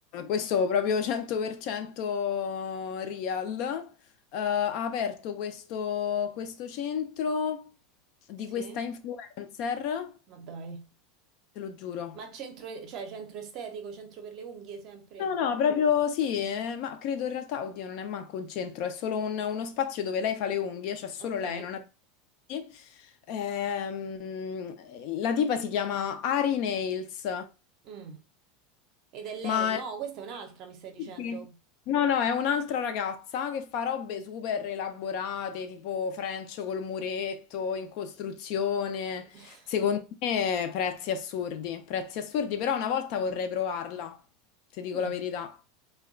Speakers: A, on the left; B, on the right.
A: questo proprio 100% real, eh, ha aperto questo, questo centro di
B: Sì,
A: questa influencer,
B: ma dai.
A: te lo giuro.
B: Ma centro, cioè centro estetico, centro per le unghie sempre?
A: No, no, no, proprio sì, eh, ma credo in realtà, oddio, non è manco un centro, è solo un- uno spazio dove lei fa le unghie, cioè solo
B: Ok.
A: lei, non ha... sì. Ehm, la tipa si chiama Ari Nails,
B: Mm. Ed è lei?
A: ma
B: No,
A: è...
B: questa è un'altra, mi stai dicendo.
A: Sì. No, no, è un'altra ragazza che fa robe super elaborate, tipo French col muretto, in costruzione,
B: <laughs>
A: secondo me prezzi assurdi, prezzi assurdi, però una volta vorrei provarla, se dico
B: Mm.
A: la verità.